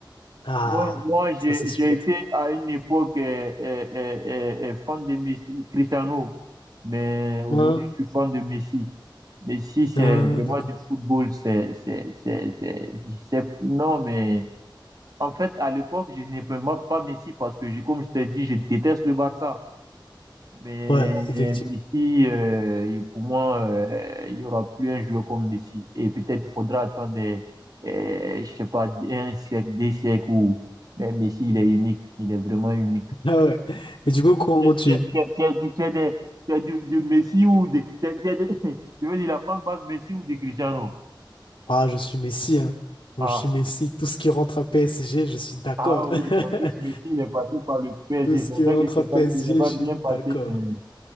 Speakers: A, on the left; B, on the right.
A: Ah,
B: Moi, moi j'ai
A: ça c'est super.
B: j'ai été à une époque euh, euh, euh, euh, euh, fan de Messi, Cristiano, mais aujourd'hui,
A: Ah,
B: je suis fan de Messi. Messi, c'est
A: ah,
B: vraiment
A: d'accord.
B: du football, c'est, c'est, c'est, c'est, c'est- non, mais En fait, à l'époque, je n'aimais pas pas Messi parce que, je- comme je t'ai dit, je déteste le Barça. Mais
A: Ouais, effectivement.
B: euh, Messi, euh, il- pour moi, euh, il y aura plus un joueur comme Messi. Et peut-être il faudra attendre, des, euh, je sais pas, un siècle, des siècles où mais Messi, il est unique. Il est vraiment unique.
A: Ah ouais. Mais du coup, comment
B: Tu as
A: tu...
B: tu as- tu as- tu as dit, tu as des- tu as du, du Messi ou des... Tu as- tu as des- <laughs> je veux dire, la France base Messi ou des Cristiano.
A: Ah, je suis Messi, hein. Moi,
B: Ah,
A: je suis Messi. Tout ce qui rentre à PSG, je suis d'accord.
B: ah oui, en plus,
A: <laughs>
B: Messi, il est passé par le PSG.
A: Tout ce
B: C'est
A: qui
B: vrai
A: rentre
B: que c'est
A: à PSG,
B: pas, ce n'est
A: je
B: pas
A: suis
B: bien
A: d'accord.
B: passé, mais...